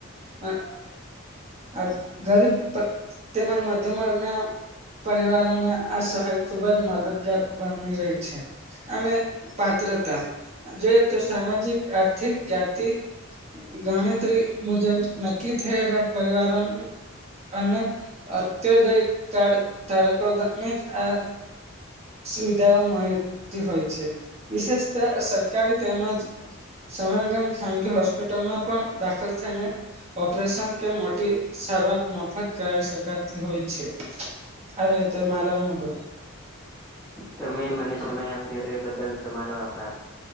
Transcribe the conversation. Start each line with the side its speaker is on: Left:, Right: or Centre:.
Right: આ આ ગરીબ ત તેમજ મધ્યમ વર્ગના પરિવારોને આ સહાય ખુબ જ મદદગાર બની રહી છે. અને પાત્રતા જોયે તો સામાજિક, આર્થિક, જ્ઞાઞતિ ગણતરી મુજબ નક્કી થયેલા પરિવારણ અને અત્યદય કાર ધારકોને જ આ સુવિધાઓ મરતી હોય છે. વિશેષત અ સરકારી તેમજ સલગજ ખાનગી હોસ્પિટલ માં પણ દાખલ થઈને ઓપરેશન કે મોટી સરવાર મફત કરી શકાતી હોય છે, અરે એતો મારો અનુભવ.
Centre: તમે મને સમય આપ્યો એ બદલ તમારો આભાર.